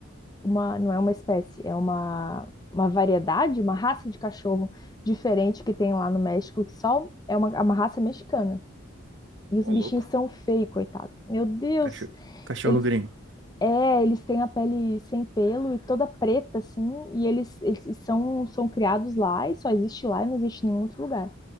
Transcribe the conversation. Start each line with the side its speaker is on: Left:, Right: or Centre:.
Left: uma, não é uma espécie, é uma, uma variedade, uma raça de cachorro diferente que tem lá no México, que só é uma, é uma raça mexicana. E os
Right: Ô,
Left: bichinhos
Right: louco.
Left: são feios, coitado. Meu Deus,
Right: Cachorro, cachorro
Left: eles
Right: gringo.
Left: é, eles têm a pele sem pelo e toda preta assim, e eles, eles são são criados lá e só existe lá e não existe em nenhum outro lugar.